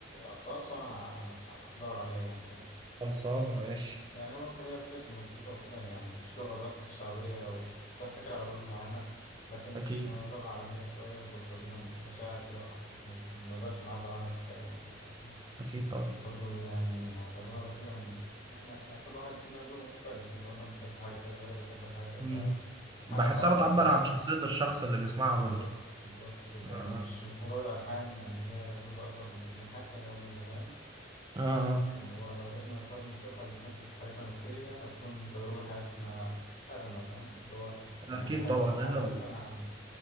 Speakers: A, on the left; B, on the right.
A: الخاص وانا ه- هدور عليها يعني فاهم
B: خلصانة ماشي
A: يعني برضه هي فكرة المزيكا وكده يعني مش لغة بس شعبية وبتحتكر على بلد معينة لكن
B: أكيد
A: آه، لغة عالمية شوية بتوصل لنا مشاعر كده وأحاسيس ما بنقدرش نعبر عنها بالكلام يعني فاهم؟
B: أكيد طبعا
A: برضه يعني تعتبر وسيلة إن إحنا يعني كل واحد فينا ذوق مختلف أنت مثلا بتحب حاجة غيرك بيحب الحاجة فالحاجة
B: مم. بحسها
A: بتعبر
B: بتعبر
A: عن ذاتك
B: عن شخصية الشخص اللي بيسمعها
A: بالظبط
B: برضه
A: بالظبط كده
B: آه
A: يعني
B: آه
A: مش مش مجرد ألحان يعني هي جزء أكبر من من حياتنا اليومية فاهم
B: آه آه.
A: اللي هو لو قدرنا نختار الموسيقى اللي تناسب حالتنا النفسية هتكون تجربة حياتنا أغنى فاهم اللي هو
B: أكيد
A: أنا بحب
B: طبعا
A: الحاجة
B: لأنه
A: دي فأنا هعمل